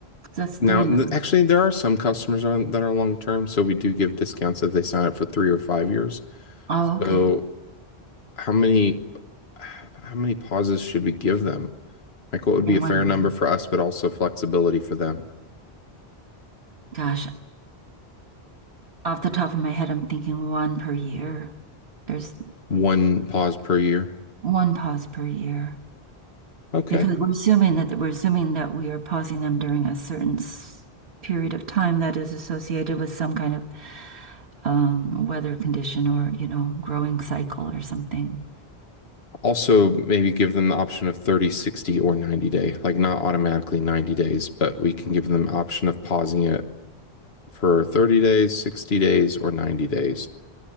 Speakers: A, on the right; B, on the left.
A: That's three
B: Now, n-
A: months.
B: actually, there are some customers on that are long term, so we do give discounts if they sign up for three or five years.
A: Oh, okay.
B: So, how many how many pauses should we give them? Like, what would be
A: In
B: a
A: one.
B: fair number for us, but also flexibility for them?
A: Gosh, off the top of my head, I'm thinking one per year. There's
B: One pause per year.
A: one pause per year
B: Okay.
A: because we're assuming that we're assuming that we are pausing them during a certain s- period of time that is associated with some kind of um, weather condition or, you know, growing cycle or something.
B: Also, maybe give them the option of 30, 60, or 90 day. Like, not automatically 90 days, but we can give them the option of pausing it for 30 days, 60 days, or 90 days.